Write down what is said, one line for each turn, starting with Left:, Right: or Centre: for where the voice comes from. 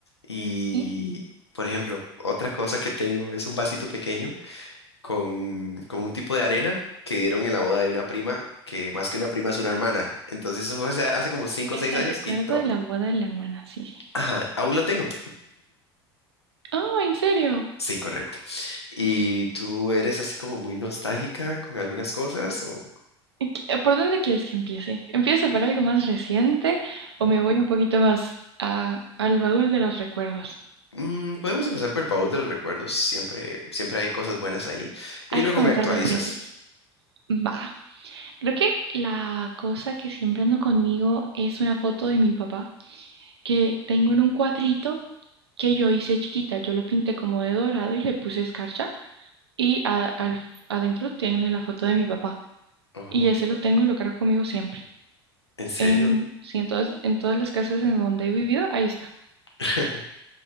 Left: y,
Right: sí.
Left: por ejemplo, otra cosa que tengo es un vasito pequeño con, con un tipo de arena que dieron en la boda de una prima, que más que una prima es una hermana. Entonces eso fue hace, hace como 5
Right: Es
Left: o seis
Right: el
Left: años
Right: recuerdo
Left: y to-
Right: de la boda de la hermana, sí, sí.
Left: ajá, aún lo tengo.
Right: Oh, ¿en serio?
Left: Sí, correcto. ¿Y tú eres así como muy nostálgica con algunas cosas? O...
Right: ¿Y qué- ¿Por dónde quieres que empiece? ¿Empiezo por algo más reciente o me voy un poquito más a- al baúl de los recuerdos?
Left: Mm, podemos empezar por el baúl de los recuerdos. Siempre, siempre hay cosas buenas ahí. Y
Right: Hay
Left: luego
Right: que comenzar
Left: me actualizas.
Right: por el principio. Va. Creo que la cosa que siempre ando conmigo es una foto de mi papá que tengo en un cuadrito que yo hice chiquita. Yo lo pinté como de dorado y le puse escarcha y a- al- adentro tiene la foto de mi papá.
Left: Oh,
Right: Y ese lo tengo y lo cargo conmigo siempre.
Left: ¿en serio?
Right: En, sí, en todas, en todas las casas en donde he vivido, ahí está.
Left: <laughs>